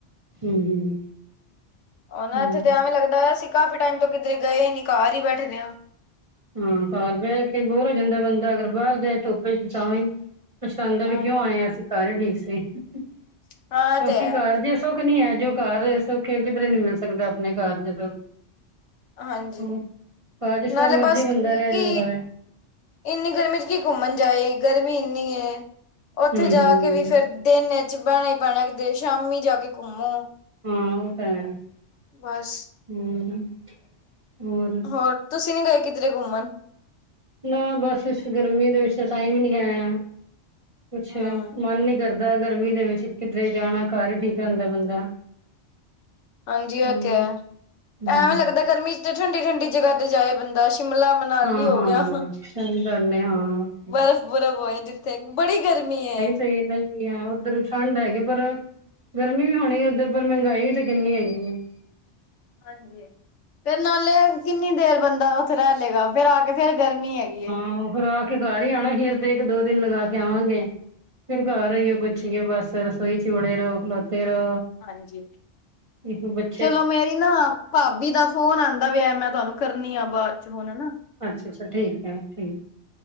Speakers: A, on the right; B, on the left.
A: ਹੂੰ।
B: ਅਨਾਂ
A: ਹੂੰ
B: ਏਥੇ
A: ਹੂੰ।
B: ਤੇ ਐਂਵੇਂ ਲੱਗਦਾ ਵਆ ਸੀ- ਕਾਫੀ ਟਾਈਮ ਤੋਂ ਕਿਧਰੇ ਗਏ ਇਨੀ, ਘਰ ਈ ਬੈਠੇ ਦੇਆਂ।
A: ਹੂੰ। ਘਰ ਬੈ ਕੇ ਬੋਰ ਹੋ ਜਾਂਦਾ ਐ ਬੰਦਾ, ਅਗਰ ਬਾਰ ਜਾਏ ਧੁੱਪੇ ਚ ਤਾਂ ਵੀ - ਪਸ਼ਤਾਂਦਾ ਏ ਵੀ
B: ਹਾਂਜੀ
A: ਕੇਓਂ ਆਏ ਆਂ ਅਸੀ, ਘਰ ਈ ਠੀਕ ਸੀ ਕਉਂਕਿ
B: ਹਾਂ ਤੇ ਹੈ
A: ਘਰ ਸੁੱਖ ਨੀ ਹੈ, ਜੋ ਘਰ ਏ ਸੁਖ ਏ ਕਿਧਰੇ ਨੀ ਮਿਲ ਸਕਦਾ। ਅਪਨੇ ਘਰ ਜਦੋਂ
B: ਹਾਂਜੀ
A: ਹੂਂ, ਘਰ ਜਿਸ ਤਰਾਂ
B: ਨਾਲੇ
A: ਮਰਜੀ
B: ਬਸ
A: ਬੰਦਾ
B: ਕਿ
A: ਰੈ ਜਾਂਦਾ ਵੇ।
B: ਇੰਨੀ ਗਰਮੀ ਚ ਕੀ ਘੁੰਮਣ ਜਾਏ। ਗਰਮੀ ਇਨੀ ਏ। ਓਥੇ
A: ਹੂੰ
B: ਜਾ
A: ਹੂੰ
B: ਕੇ ਵੀ ਫੇਰ ਦਿਨ ਏਚ ਬੈਣਾ ਹੀ ਪੈਣਾ, ਕਿਤੇ ਸ਼ਾਮੀ ਜਾ ਕੇ ਘੁੰਮੋ।
A: ਹਾਂ, ਓ ਤਾਂ ਹੈ।
B: ਵਸ।
A: ਹੂੰ। ਹੋਰ
B: ਹੋਰ ਤੁਸੀ ਨੀ ਗਏ ਕਿਧਰੇ ਘੁੰਮਣ?
A: ਨਾ ਬਸ ਇਸ ਗਰਮੀ ਦੇ ਵਿੱਚ ਤਾਂ ਟਾਈਮ ਨੀ ਹੈ। ਕੁਛ
B: ਹਮ
A: ਮਨ ਨੀ ਕਰ ਦਾ ਗਰਮੀ ਦੇ ਵਿੱਚ ਕਿਧਰੇ ਜਾਣਾ ਘਰ ਈ ਠੀਕ ਰੇਂਦਾ ਬੰਦਾ।
B: ਹਾਂਜੀ। ਏ
A: ਹੋਰ
B: ਤੇ ਹੈ,
A: ਹੂੰ
B: ਐਵੇਂ ਲੱਗਦਾ ਗਰਮੀ ਚ ਤੇ ਠੰਡੀ-ਠੰਡੀ ਜਗ੍ਹਾ ਤੇ ਜਾਏ ਬੰਦਾ ਸ਼ਿਮਲਾ ਮਨਾਲੀ
A: ਹਾਂ
B: ਹੋ
A: ਹਾਂ
B: ਗਆ,
A: ਸਹੀ ਗੱਲ ਏ ਹਾਂ
B: ਬਰਫ਼ ਬੁਰਫ਼ ਹੋਏ ਜਿੱਥੇ। ਬੜੀ ਗਰਮੀ ਏ।
A: ਤੇ ਨਈ ਵੀ ਹਾਂ ਓਧਰ ਠੰਡ ਹੈਗੀ, ਪਰ ਗਰਮੀ ਵੀ ਹੋਣੀ ਓਧਰ ਪਰ ਮੈਂਗਾਈ ਵੀ ਤੇ ਕਿੰਨੀ ਹੈਗੀ ਏ।
B: ਹਾਂਜੀ। ਫੇਰ ਨਾਲੇ ਕਿੰਨੀ ਦੇਰ ਬੰਦਾ ਓਥੇ ਰੈ ਲੇਗਾ ਫੇਰ ਆ ਤੇ ਫੇਰ ਗਰਮੀ ਹੈਗੀ ਏ।
A: ਘੋਮ ਫੇਰ ਆ ਘਰ ਈ ਆਣਾ। ਅਖੀਰ ਤੇ ਇੱਕ ਦੋ ਦਿਨ ਲਗਾ ਕੇ ਆਵਾਂਗੇ। ਫੇਰ ਘਰ ਰਈਏ ਕੁੱਛ ਵੀ ਬਸ ਰਸੋਈ ਚ ਵੜੇ ਰੋ ਖਲੋਤੇ ਰੋ
B: ਹਾਂਜੀ।
A: ਇਕ ਬੱਚ
B: ਚਲੋ ਮੇਰੀ ਨਾ ਭਾਬੀ ਦਾ ਫੋਨ ਆਂਦਾ ਵੇਆ। ਮੈਂ ਤਾਨੂੰ ਕਰਨੀ ਆ ਬਾਦ ਚ ਫੋਨ ਹੈਨਾ।
A: ਅੱਛ ਅੱਛਾ। ਠੀਕ ਐ ਠੀਕ।